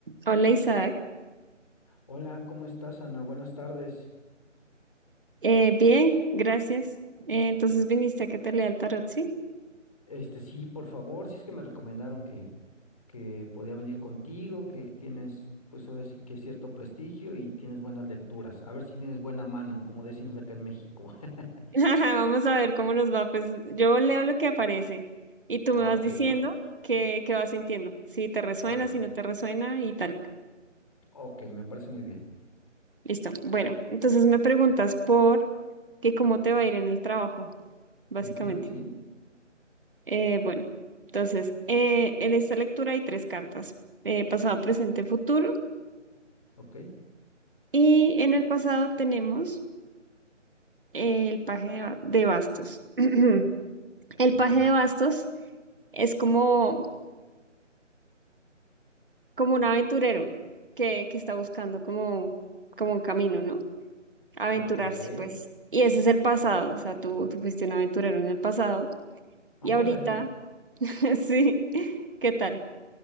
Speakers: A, on the right; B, on the left.
A: Hola Isaac.
B: Hola, ¿cómo estás, Ana? Buenas tardes.
A: Eh, bien, gracias. Eh, entonces viniste a que te lea el tarot, ¿sí?
B: Este, sí, por favor, si es que me recomendaron que, que podía venir contigo, que tienes, pues ahora sí que cierto prestigio y tienes buenas lecturas. A ver si tienes buena mano, como decimos acá en México. <laughs>
A: <laughs> Vamos a ver cómo nos va. Pues yo leo lo que aparece y tú
B: Ok,
A: me vas diciendo
B: va.
A: qué, qué vas sintiendo, si te resuena,
B: Órale.
A: si no te resuena y tal.
B: Ok, me parece muy bien.
A: Listo. Bueno, entonces me preguntas por que cómo te va a ir en el trabajo, básicamente.
B: Ujú, sí,
A: Eh, bueno, entonces eh, en esta lectura hay tres cartas, eh, pasado, presente, futuro.
B: ok,
A: Y en el pasado tenemos eh, el paje de, ba- de bastos. <clears throat> El
B: ok,
A: paje de bastos es como, como un aventurero que, que está buscando como, como un camino, ¿no? Aventurarse,
B: ok. <laughs>
A: pues. Y ese es el pasado, o sea, tú, tú fuiste un aventurero en el pasado y
B: Órale.
A: ahorita, <laughs> sí, ¿qué tal?